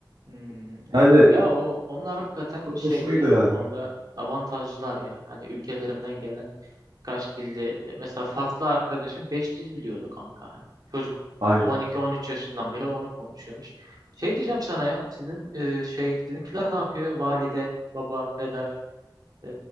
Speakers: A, on the right; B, on the right.
A: Hmm.
B: Yani
A: Ya o onlar hakikaten
B: çok
A: şey
B: hoşuma gidiyor
A: ya
B: yani.
A: o konuda avantajlılar ya. Hani ülkelerinden gelen kaç dilli mesela Faslı arkadaşım 5 dil biliyordu kanka hani. Çocuk
B: Aynen.
A: 12-13 yaşından beri onu konuşuyormuş. Şey diyeceğim sana ya sizin e, şey sizinkiler ne yapıyor? Valide, baba, peder. E,